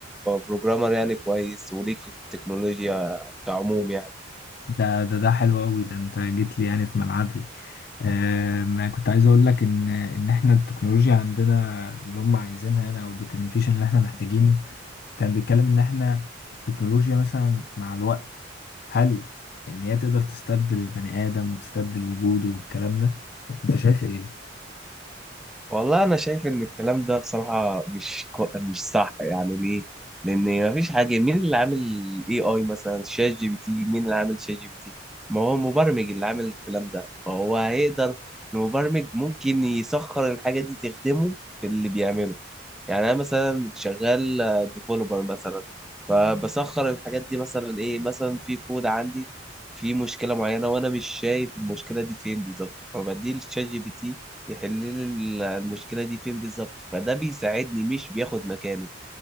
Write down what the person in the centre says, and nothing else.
بروجرامر يعني كويس وليك في التكنولوجيا كعموم يعني
والله انا شايف ان الكلام ده بصراحة مش كو... مش صح يعني ليه لان مفيش حاجة مين اللي عامل اي اي مثلا شات جي بي تي مين اللي عامل شات جي بي تي ما هو المبرمج اللي عامل الكلام ده فهو هيقدر المبرمج ممكن يسخر الحاجة دي تخدمه في اللي بيعمله يعني انا مثلا شغال ديفلوبر مثلا فبسخر الحاجات دي مثلا ايه مثلا في كود عندي في مشكله معينه وانا مش شايف المشكله دي فين بالظبط فبدي للشات جي بي تي يحل لي ال- المشكله دي فين بالظبط فده بيساعدني مش بياخد مكاني